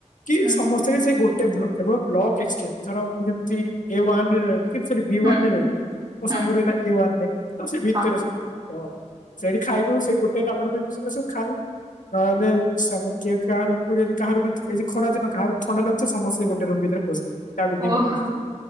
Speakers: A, on the left; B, on the right.
A: କି
B: ହୁଁ
A: ସମସ୍ତେ ସେ ଗୋଟେ ବ୍ଲକ କି ବ୍ଲକ ଏକ୍ସଚେଞ୍ଜ ଧର ମୁଁ ଯେମିତି ଏ ଉଆନ ରେରହିଲି। ବି
B: ହୁଁ
A: ୱନରେ ରହିଲି ମୋ
B: ହୁଁ
A: ସାଙ୍ଗରେ ରହିଲା ଏ ୱାନ ତ ସେ ଭିତରେ
B: ହଁ
A: ସବୁ। ହଁ ସେଇଠି ଖାଇବୁ ସେ ଗୋଟେ ଆପାଟମେଣ୍ଟ <unintelligible> ଖାଇବୁ। ନହେଲେ ସମୁ କିଏ କାହା ରୁମ୍ କୁ କୁ ଯଦି କାହା ରୁମ୍ ଖରା ଦିନ କାହା ରୁମ ଥଣ୍ଡା ଲାଗୁଛି ସମସ୍ତେ ଗୋଟେ ରୁମ୍ ଭିତରେ ପଶିଯିବେ ଯାଇକି ତା ବିଲ୍ଡିଙ୍ଗ
B: ଓହ
A: ରେ ପସିଯିବେ